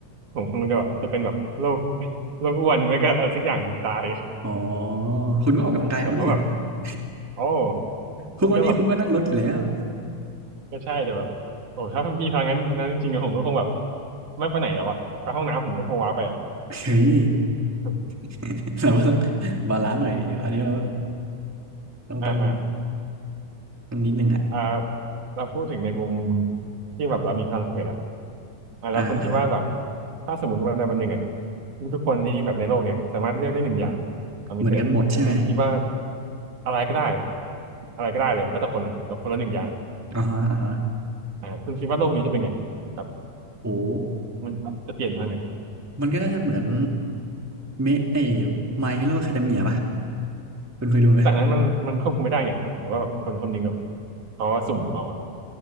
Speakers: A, on the right; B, in the centre.
A: ผมคงจะแบบจะเป็นแบบโรค <laughs> โรคอ้วนไม่ก็อะไรสักอย่างถึงตาย
B: อ๋อคุณก็ออกกำลังกายเอาดิ
A: แบบเพราะแบบ
B: <laughs>
A: โอ้
B: ทุกวันนี้คุณก็นั่งรถอยู่แล้ว
A: มันก็แบบก็ใช่แต่แบบโอ้ถ้ามีพลังงั้นนั้นจริงๆอะผมก็คงแบบไม่ไปไหนแล้วอะไปห้องน้ำผมก็คงว้าไปอะ
B: เฮ้ย
A: <laughs>
B: <laughs> เราก็ต้องบาลานซ์หน่อยอันนี้เราต้องต้องต้อง
A: อ่า <laughs> อ่า
B: ต้องนิดนึงอ่ะ
A: อ่าเราพูดถึงในมุมที่แบบเรามีพลังพิเศษแล้วอ่าแล้วคุณคิดว่าแบบ
B: อ่าอ่า
A: ถ้าสมมติวันใดวันหนึ่งอ่ะทุกๆคนนี้แบบในโลกเนี่ยสามารถเลือกได้หนึ่งอย่างพลังพิเศษคุณคิดว่า
B: เหมือนกันหมดใช่ไหม
A: อะไรก็ได้อะไรก็ได้เลยแล้วแต่คนเลยแต่คนละหนึ่งอย่าง
B: อ่าฮะอ่าฮะ
A: อ่าคุณคิดว่าโลกนี้จะเป็นไงครับ
B: โอ้
A: มันจะเปลี่ยนไปทางไหน
B: มันก็น่าจะเหมือนเมะไอ้ My Hero Academia ป่ะคุณเคยดูไหม
A: แต่อันนั้นมันมันควบคุมไม่ได้ไงหมายถึงว่าแบบคนคนหนึ่งแบบเขาสุ่มเอาอะ